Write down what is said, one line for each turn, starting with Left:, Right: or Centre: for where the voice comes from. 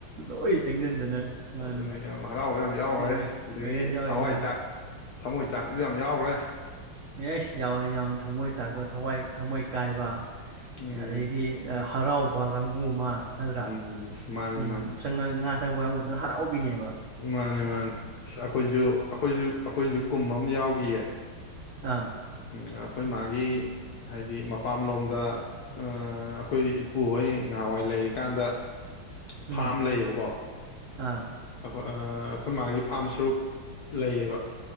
Right: ꯂꯣꯏ ꯆꯪꯁꯤꯟꯗꯅ ꯃꯥꯅꯤ
Left: ꯑꯗꯨꯅ ꯌꯥꯝ ꯍꯔꯥꯎꯕ ꯌꯥꯝ ꯌꯥꯎꯈ꯭ꯔꯦ
Right: ꯃꯣꯏ
Left: ꯑꯗꯒꯤ
Right: ꯑꯦ ꯌꯥꯎꯔꯤꯅꯤ
Left: ꯊꯋꯥꯏ
Right: ꯌꯥꯎꯔꯤꯅꯤ
Left: ꯆꯥꯛ ꯊꯃꯣꯏ ꯆꯥꯛꯄꯨꯁꯨ ꯌꯥꯝ ꯌꯥꯎꯈ꯭ꯔꯦ
Right: ꯑꯦꯁ ꯌꯥꯎꯋꯤ ꯌꯥꯎꯋꯤ ꯊꯝꯃꯣꯏ ꯆꯥꯛꯄ ꯊꯋꯥꯏ ꯊꯃꯣꯏ ꯀꯥꯏꯕ
Left: ꯎꯝ
Right: ꯑꯗꯩꯗꯤ ꯍꯔꯥꯎꯕ ꯀꯥꯡꯕꯨ ꯑꯃꯥ ꯅꯠꯇ꯭ꯔꯥ
Left: ꯎꯝ ꯃꯥꯅꯦ
Right: ꯎꯝ
Left: ꯃꯥꯅꯦ
Right: ꯎꯪ ꯉꯥ ꯆꯪꯕ ꯀꯥꯡꯕꯨꯗꯨꯅ ꯍꯔꯥꯎꯥꯎꯕꯤꯅꯦꯕ
Left: ꯃꯥꯅꯦ ꯃꯥꯅꯦ ꯑꯁ ꯑꯩꯈꯣꯏꯁꯨ ꯑꯩꯈꯣꯏꯁꯨ ꯑꯩꯈꯣꯏꯁꯨ ꯀꯨꯝꯕ ꯑꯃ ꯌꯥꯎꯒꯤꯌꯦ
Right: ꯑꯥ
Left: ꯎꯝ ꯑꯩꯈꯣꯏ ꯃꯥꯒꯤ ꯍꯥꯏꯗꯤ ꯃꯄꯥꯝꯂꯣꯝꯗ ꯑꯥ ꯑꯩꯈꯣꯏ ꯏꯄꯨꯍꯣꯏ ꯉꯍꯥꯥꯟꯋꯥꯏ ꯂꯩꯔꯤꯀꯥꯟꯗ
Right: ꯎꯝ
Left: ꯐꯥꯝ ꯂꯩꯌꯦꯕꯀꯣ
Right: ꯑꯥ
Left: ꯑꯩꯈꯣꯏ ꯃꯥꯒꯤ ꯐꯥꯝ ꯁꯔꯨꯛ ꯂꯩꯌꯦꯕ